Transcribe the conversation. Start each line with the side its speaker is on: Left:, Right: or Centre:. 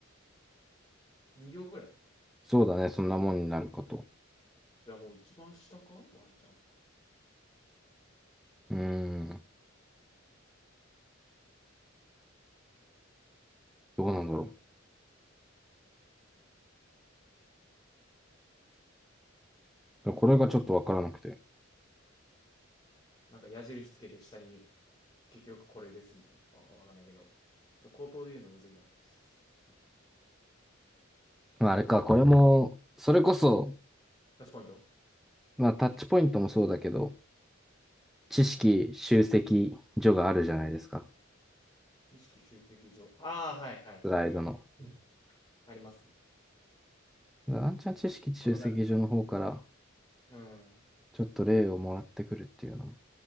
Left: 2行ぐらい。
Centre: そうだね、そんなもんになるかと。
Left: じゃあもう一番下かワンチャン。
Centre: うーん、どうなんだろう。これがちょっとわからなくて。
Left: なんか矢印つけて下に結局これですみたいな。わわかんないけど。ちょっと口頭で言うのむずいな。そうね、
Centre: まあ、あれか、これも、それこそ、
Left: タッチポイント
Centre: まあ、タッチポイントもそうだけど、知識集積所があるじゃないですか。
Left: 知識集積上。ああ、はいはい。
Centre: スライドの。
Left: うんありますね。
Centre: あんちゃん知識集積所の方から
Left: これがね。うん。
Centre: ちょっと例をもらってくるっていうのも。